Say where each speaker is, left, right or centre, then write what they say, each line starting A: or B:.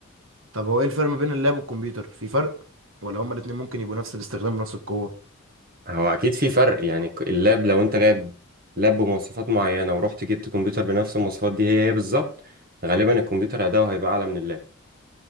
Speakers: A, on the right; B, on the right.
A: طب هو ايه الفرق ما بين اللاب والكمبيوتر في فرق ولا هما الاتنين ممكن يبقوا نفس الاستخدام ونفس القوة
B: هو أكيد في فرق يعني ك- اللاب لو أنت جايب لاب بمواصفات معينة ورحت جبت كمبيوتر بنفس المواصفات دي هي هي بالظبط غالبا الكمبيوتر أداؤه هيبقى أعلى من اللاب